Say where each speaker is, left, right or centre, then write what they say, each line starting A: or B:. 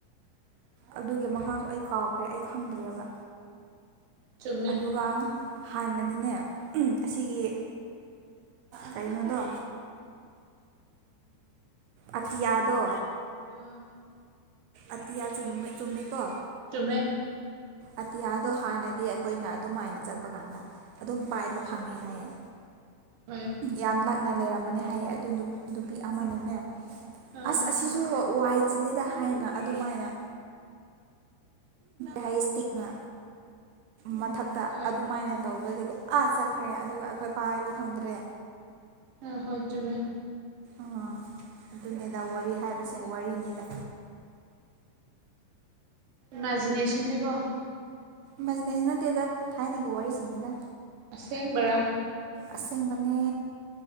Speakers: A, on the right (about 70°); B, on the right (about 85°).
A: <unintelligible>
B: ꯑꯗꯨꯒꯤ ꯃꯈꯥꯁꯨ ꯑꯩ ꯀꯥꯎꯈ꯭ꯔꯦ ꯑꯩ ꯈꯪꯗ꯭ꯔꯦꯕ
A: ꯆꯨꯝꯃꯦ
B: ꯑꯗꯨꯒ ꯍꯥꯟꯅꯗꯤꯅꯦ ꯑꯁꯤꯒꯤ ꯀꯩꯅꯣꯗꯣ ꯑꯇꯤꯌꯥꯗꯣ
A: ꯑꯥ
B: ꯑꯇꯤꯌꯥ ꯆꯨꯝꯃꯦ ꯆꯨꯝꯃꯦꯀꯣ
A: ꯇꯨꯃꯦ
B: ꯑꯇꯤꯌꯥꯗꯣ ꯍꯥꯟꯅꯗꯤ ꯑꯩꯈꯣꯏꯅ ꯑꯗꯨꯝꯥꯏꯅ ꯆꯠꯄ ꯀꯥꯟꯗ ꯑꯗꯨꯝ ꯄꯥꯏꯕ ꯐꯪꯉꯦ ꯍꯥꯏꯌꯦ
A: ꯍꯣꯏ
B: ꯌꯥꯝꯅ ꯅꯛꯅ ꯂꯩꯔꯝꯕꯅꯦ ꯍꯥꯏꯌꯦ ꯑꯗꯨ ꯅꯨꯄꯤ ꯑꯃꯅꯅꯦ
A: ꯑꯥ
B: ꯑꯁ ꯑꯁꯤꯁꯨ ꯋꯥꯏ ꯆꯤꯜꯂꯦꯗ ꯍꯥꯏꯅ ꯑꯗꯨꯃꯥꯏꯅ ꯥꯏ ꯏꯁꯇꯛꯅ ꯃꯊꯛꯇ
A: ꯍꯣꯏ
B: ꯑꯗꯨꯃꯥꯏꯅ ꯇꯧꯕꯗꯒꯤ ꯑꯁꯛ ꯈ꯭ꯔꯦ ꯑꯗꯨꯒ ꯑꯩꯈꯣꯏ ꯄꯥꯕ ꯐꯪꯗ꯭ꯔꯦ
A: ꯑ ꯍꯣꯏ ꯆꯃꯦꯥꯏ
B: ꯎꯥ ꯑꯗꯨꯅꯤꯗ ꯋꯥꯔꯤ ꯍꯥꯏꯕꯁꯦ ꯋꯥꯔꯤꯅꯤꯗ
A: ꯃꯥꯖꯤꯅꯦꯁꯅꯤꯀꯣ
B: ꯃꯅꯦꯁꯤ ꯅꯠꯇꯦꯗ ꯊꯥꯏꯅꯒꯤ ꯋꯥꯔꯤꯁꯤꯅꯤꯗ
A: ꯑꯁꯦꯡꯕꯔꯥ
B: ꯑꯁꯦꯡꯕꯅꯦ